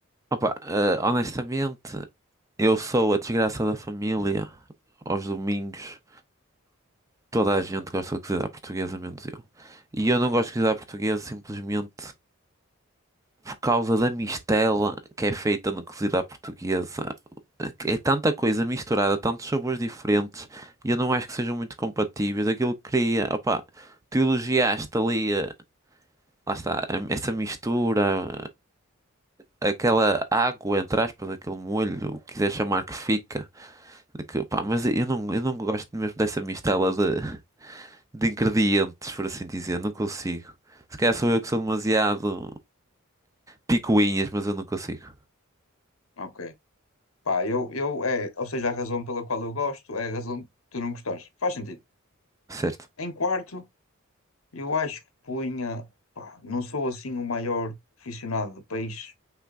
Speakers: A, on the right; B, on the left.
A: Opa, eh, honestamente. Eu sou a desgraça da família. Aos domingos, toda a gente gosta de cozinhar portuguesa, menos eu. E eu não gosto de cozinhar portuguesa simplesmente por causa da mistela que é feita na cozida à portuguesa. É tanta coisa misturada, tantos sabores diferentes, e eu não acho que sejam muito compatíveis. Aquilo que queria, opá, tu elogiaste ali, eh, lá está, a- essa mistura, aquela água, entre aspas, aquele molho, o que quiser chamar que fica. Que, pá, mas eu não,
B: Sim.
A: eu não gosto mesmo dessa mistela de, de ingredientes, por assim dizer. Não consigo. Se calhar sou eu que sou demasiado picuinhas, mas eu não consigo.
B: Ok. Pá, eu, eu é, ou seja, a razão pela qual eu gosto é a razão que tu não gostares. Faz sentido.
A: Certo.
B: Em quarto, eu acho que punha, pá, não sou assim o maior aficionado de peixe,